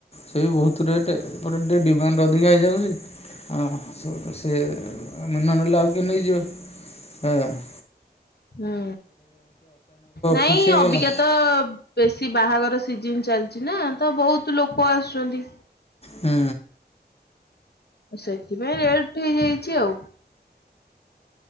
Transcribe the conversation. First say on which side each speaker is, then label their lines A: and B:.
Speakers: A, on the left; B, on the left.
A: ସେଇ ବହୁତ ରେଟ୍ ଏପଟେ ଟିକେ ଡିମାଣ୍ଡ ଅଧିକା ହେଇଯାଉଛି ଆ ଚୋଉଦଶ ସେ ଆମେ ନନେଲେ ଆଉ କିଏ ନେଇଯିବେ ପାଇବାନି।
B: ହୁଁ ନାଇଁ
A: ଫିକ୍ସ ହେଇଗଲା
B: ଅବିକା ତ ବେଶି ସି ବାହାଘର ସିଜିନ ଚାଲିଚି ନା ତ ବହୁତ ଲୋକ ଆସୁଚନ୍ତି।
A: ହୁଁ।
B: ସେଥିପାଇଁ ରେଟ ହେଇଯାଇଚି ଆଉ।